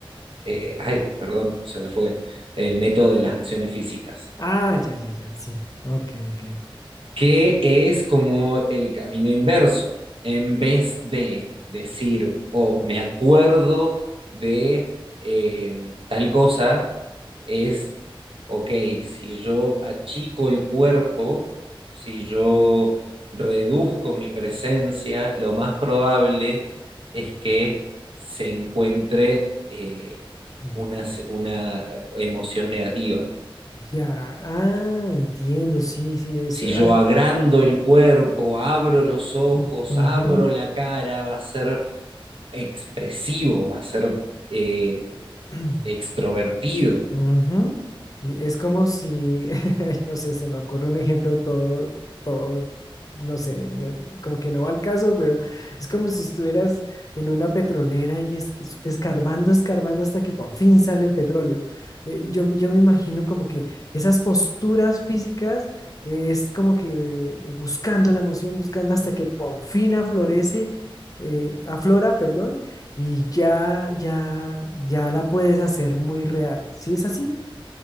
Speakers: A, on the right; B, on the left.
A: eh, ay, perdón, se me fue, el método de las acciones físicas.
B: Ah, ya, ya, ya, sí. Ok, ok.
A: que es como el camino inverso. En vez de decir, oh, me acuerdo de eh, tal cosa, es, ok, si yo achico el cuerpo, si yo reduzco mi presencia, lo más probable es que se encuentre eh,
B: Mm,
A: una, una emoción negativa.
B: Ya, ah, entiendo, sí, sí, eso.
A: Si yo
B: ah,
A: agrando el cuerpo, abro los ojos,
B: mm, ujú.
A: abro la cara, va a ser expresivo, va a ser eh,
B: <clears throat>
A: extrovertido.
B: Ujú. Y es como si, <laughs> no sé, se me ocurre un ejemplo todo, todo, no sé, no- como que no va al caso, pero es como si estuvieras en una petrolera y es, es- escarbando, escarbando hasta que por fin sale el petróleo. Eh, yo, yo me imagino como que esas posturas físicas eh, es como que eh, buscando la emoción, buscando hasta que por fin aflorece, eh, aflora, perdón, y ya, ya, ya la puedes hacer muy real. ¿Sí es así?